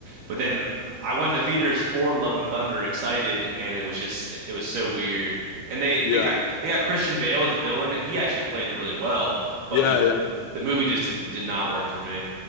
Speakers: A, on the right; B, on the left.
A: But then I went to the theaters for Love and Thunder excited, and it was just it was so weird. And they
B: Yeah,
A: they got they got Christian Bale as the villain, and he actually played it really well,
B: yeah,
A: but the
B: yeah,
A: the movie just did, did not work for me.